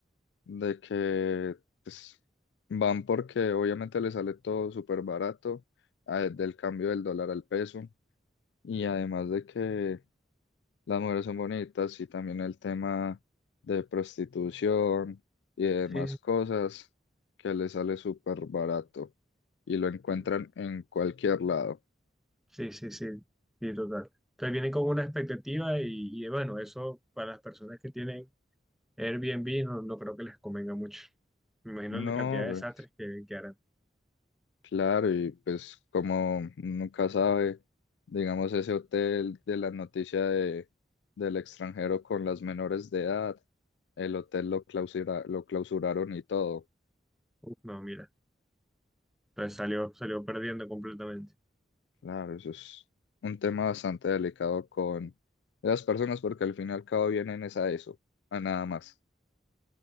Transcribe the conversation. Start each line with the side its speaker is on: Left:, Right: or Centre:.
Left: de que pues, van porque obviamente les sale todo súper barato ah, del cambio del dólar al peso y además de que Las mujeres son bonitas y también el tema de prostitución y demás
Centre: Sí,
Left: cosas que le sale súper barato y lo encuentran
Centre: sí.
Left: en cualquier lado.
Centre: Sí, sí, sí, sí, total. Entonces vienen con una expectativa y, y, bueno, eso para las personas que tienen Airbnb no, no creo que les convenga mucho. Me imagino
Left: No,
Centre: la cantidad de
Left: pues,
Centre: desastres que, que harán.
Left: claro, y pues como nunca sabe, digamos ese hotel de la noticia de, del extranjero con las menores de edad, el hotel lo clausura- lo clausuraron y todo.
Centre: Uf, no, mira. Entonces salió, salió perdiendo completamente.
Left: Claro, eso es un tema bastante delicado con las personas porque al fin y al cabo vienen es a eso, a nada más.